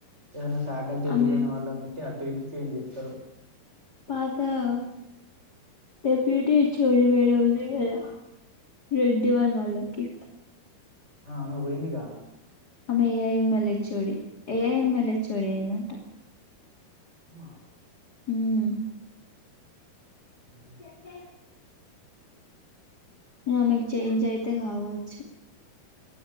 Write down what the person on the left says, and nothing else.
ఆమె
పాతావ్ <unintelligible>
ఆమె ఏఐ మళ్ళ ఎచ్ఓడి ఏఐ మాళ్ళి హెచ్ఓడి అయిందంట
ఊహు
<unintelligible> ఆమెక్ చేంజ్ అయితే కావోచ్చు